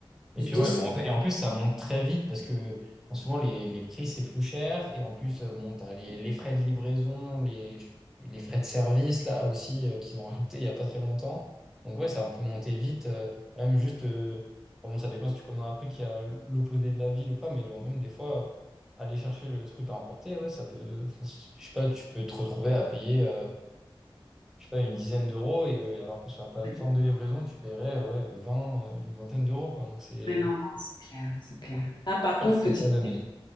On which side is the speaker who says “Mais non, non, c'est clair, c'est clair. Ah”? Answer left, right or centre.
Left